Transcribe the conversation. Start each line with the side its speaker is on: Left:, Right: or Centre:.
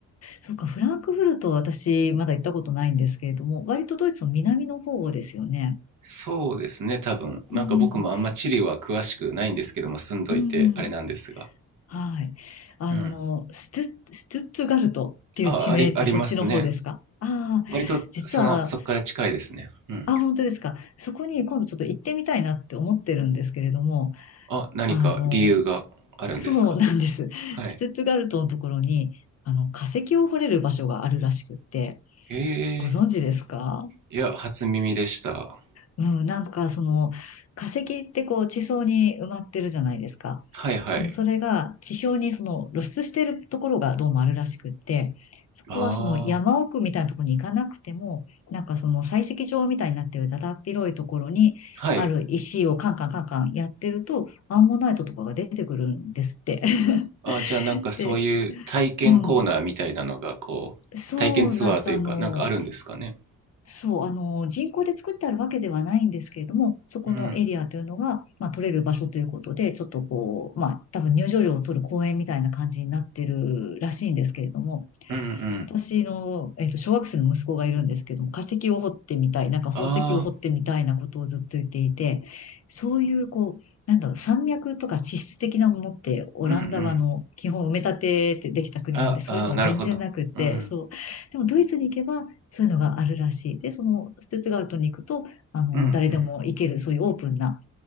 Left: そうか、フランクフルトは私まだ行ったことないんですけれども、割とドイツの南の方ですよね。
Right: そうですね、多分。なんか僕もあんま地理は詳しくないんですけども、
Left: うん、
Right: 住んどいてあれなんですが。
Left: うん、はい。あの、
Right: うん。
Left: ストゥッ、ストゥットガルトっていう地名ってそっちの方ですかああ実は、
Right: あ、あり、ありますね。割と、その、そっから近いですね。うん。
Left: あ、本当ですか。そこに今度ちょっと行ってみたいなって思ってるんですけれども、
Right: あ、何か理由があるんですか
Left: あの、そうなんです。
Right: はい。
Left: ストゥットガルトのところに、あの、化石を掘れる場所があるらしくって、
Right: へ
Left: ご存知ですか
Right: え、いや、初耳でした。
Left: うん、なんかその化石ってこう地層に埋まってるじゃないですか。
Right: はいはい。
Left: でもそれが地表にその露出してるところがどうもあるらしくって、そこはその山奥みたいなところに行かなくても、
Right: あ
Left: なんかその採石場みたいになってるだだっ広いところにある石をカンカンカンカンやってると、
Right: あ、はい。
Left: アンモナイトとかが出てくるんですって。
Right: あ、じゃあなんかそういう体験コーナーみたいなのが、
Left: <laughs> で、うん。
Right: こう、
Left: そうなんです。
Right: 体験ツアーというか、
Left: あの、
Right: なんかあるんですかね。
Left: そう、あの、人工で作ってあるわけではないんですけれども、そこのエリアというのが、
Right: うん、
Left: まあ、取れる場所ということで、ちょっとこう、まあ、多分入場料を取る公園みたいな感じになってるらしいんですけれども、
Right: うん、うん。
Left: 私の、えっと、小学生の息子がいるんですけども、化石を掘ってみたい、なんか宝石を掘ってみたいなことをずっと言っていて、
Right: ああ、
Left: そういう、こう、なんだろう、山脈とか地質的なものって、オランダはあの、
Right: うんうん。
Left: 基本埋め立てってできた国なので、
Right: あ、
Left: そういうのが全然なくって、
Right: あー、なるほど。うん、
Left: そう。でも、ドイツに行けば、そういうのがあるらしい。で、その、ストゥットガルトに行くと、あの、
Right: うん、うん。
Left: 誰でも行ける、そういうオープンな、